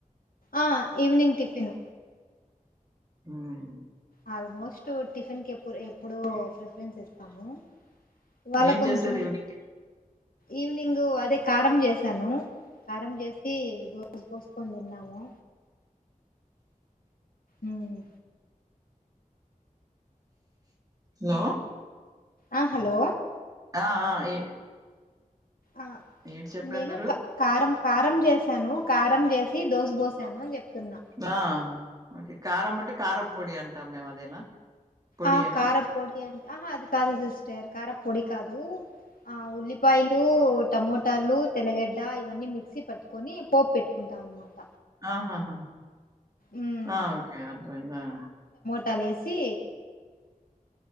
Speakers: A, on the left; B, on the right.
A: ఆ ఈవనింగ్ టిఫిను
B: ఉమ్
A: ఆల్మోస్ట్ టిఫిన్ కెప్పుర్ ఎప్పుడు ప్రిఫరెన్స్ ఇస్తాము ఇవాళ
B: ఏం
A: కొంచం
B: చేశారు ఈవినింగ్?
A: ఈవినింగు అదే కారం జేస్త సను కారం జేసి దోష్ కోస్కొన్ తిన్నాము. ఉమ్
B: అ
A: అ హలో
B: ఆ ఆ ఏ
A: ఆ
B: ఏంటి చెప్పారు
A: నేను
B: మీరు
A: కారం కారం చేసాను కారం చేసి దోస పోసాను అని చెప్తున్నా
B: ఆ! ఓకే కారం అంటే కారం పొడి అంటాం మేము అదేనా పొడియేనా?
A: ఆ కారా పొడి అంటే ఆహా అది కాదు సిస్టర్ కారా పొడి కాదు ఆ ఉల్లిపాయలు టమోటాలు తెల్లగడ్డ ఇవన్నీ మిక్సీ పట్టుకొని పోపు పెట్టుకుంటాం అన్నమాట.
B: ఆహాహా
A: ఉమ్
B: ఆ ఓకే అర్థమయింది ఆ
A: తనేసి